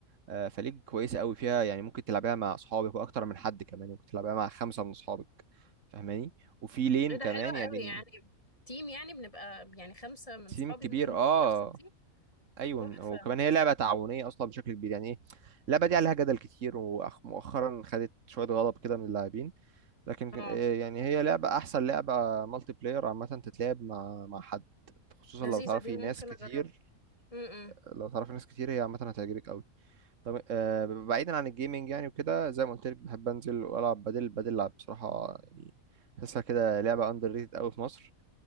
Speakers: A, on the right (about 65°); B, on the left (about 25°).
A: آه، فليج كويسة قوي فيها يعني ممكن تلعبها مع اصحابك واكتر من حد كمان ممكن تلعبها مع خمسة من اصحابك فاهماني وفي لين
B: ايه ده
A: كمان
B: حلوة قوي
A: يعني
B: يعني تيم يعني بنبقى يعني خمسة من
A: تيم
B: صحابي
A: كبير
B: ممكن نخش
A: اه
B: نفس التيم
A: ايوه
B: تحفة
A: وكمان هي لعبه تعاونيه اصلا بشكل كبير يعني ايه اللعبه دي عليها جدل كتير ومؤخرا خدت شويه غضب كده من اللاعبين لكن
B: اه
A: ك- إيه يعني هي لعبه احسن لعبه مالتي بلاير عامه تتلعب مع مع حد خصوصا
B: لذيذة
A: لو تعرفي
B: دي ممكن
A: ناس كتير
B: اجربها امم
A: لو تعرفي ناس كتير هي عامه هتعجبك قوي طب آه، بعيدا عن الجيمنج يعني وكده زي ما قلت لك بحب انزل والعب بدل بدل لعب بصراحه يعني بحسها كده لعبه اندر ريتد قوي في مصر